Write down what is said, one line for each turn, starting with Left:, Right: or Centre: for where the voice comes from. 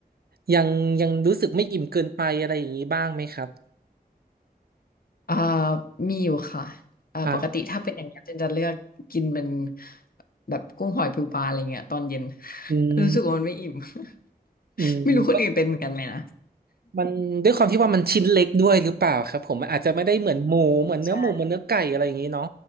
Right: ยังยังรู้สึกไม่อิ่มเกินไปอะไรอย่างนี้บ้างไหมครับ
Left: เอ่อมีอยู่ค่ะเอ่อปกติถ้าเป็นอย่างเงี้ยเจนจะเลือกกินเป็น
Right: ครับ
Left: แบบกุ้งหอยปูปลาอะไรเงี้ยตอนเย็น
Right: อืม
Left: <laughs> รู้สึกว่ามันไม่อิ่ม <laughs>
Right: อืมก็
Left: ไม่รู้คนอื่นเป็นเหมือนกันไหมนะ
Right: มันด้วยความที่ว่ามันชิ้นเล็กด้วยหรือเปล่าครับผมมันอาจจะไม่ได้เหมือนหมูเหมือนเนื้อหมูเหมือนเนื้อไก่อะไรอย่างนี้เนาะ
Left: ใช่